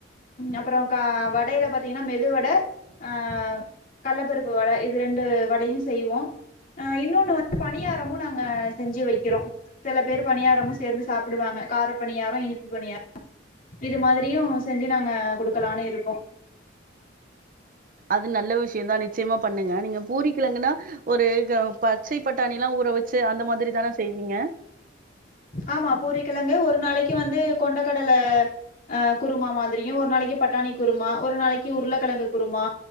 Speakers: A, on the left; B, on the right.
A: ம் அப்றோ கா வடையில பாத்தீங்கன்னா மெதுவட ஆ கள்ளப்பருப்பு வட இது ரெண்டு வடயு செய்வோ அ இன்னொன்னு வந்து பணியாரமு நாங்க செஞ்சு வைக்கிறோ சில பேர் பணியாரமு சேந்து சாப்டுவாங்க கார பணியாரோ இனிப்பு பணியாரோ இது மாதிரியு செஞ்சு நாங்க குடுக்கலான்னு இருக்கோ
B: அது நல்ல விஷிய தா நிச்சயமா பண்ணுங்க நீங்க பூரிக்கெலங்குனா ஒரு பச்சை பட்டாணிலா ஊற வச்சு அந்த மாதிரி தான செய்வீங்க
A: ஆமா பூரிக்கிலங்கு ஒரு நாளைக்கு வந்து கொண்டக்கடல அ குருமா மாதிரியு ஒரு நாளைக்கு பட்டாணி குருமா ஒரு நாளைக்கு உருளக்கெலங்கு குருமா